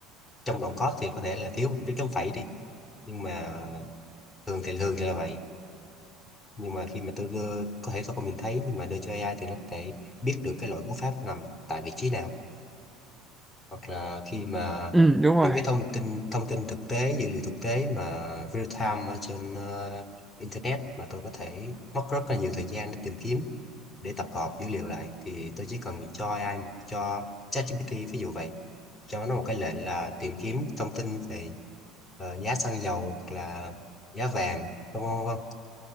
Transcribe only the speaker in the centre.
ừ đúng rồi